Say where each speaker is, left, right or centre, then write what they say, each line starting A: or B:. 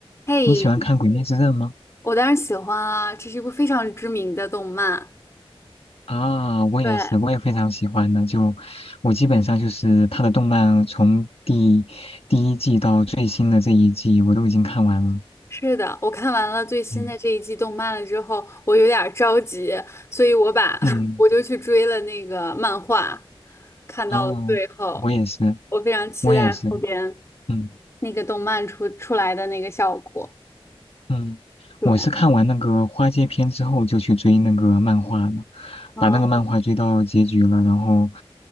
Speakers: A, on the left; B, on the left.
A: 嘿，
B: 你喜欢看《鬼灭之刃》吗？
A: 我当然喜欢啊，这是一部非常知名的动漫。
B: 啊，我也是，
A: 对，
B: 我也非常喜欢的。就我基本上就是他的动漫，从第第一季到最新的这一季，我都已经看完了。
A: 是的，我看完了最新的这一季动漫了之后，
B: 嗯
A: 我有点儿着急，所以我把 <laughs>
B: 嗯，
A: 我就去追了那个漫画，看到了最后，
B: 哦，我也是，
A: 我非常期待后边
B: 我也是，嗯。
A: 那个动漫出出来的那个效果。
B: 嗯，
A: 对，
B: 我是看完那个花街篇之后就去追那个漫画了，
A: 嗯，
B: 把那个漫画追到结局了，然后，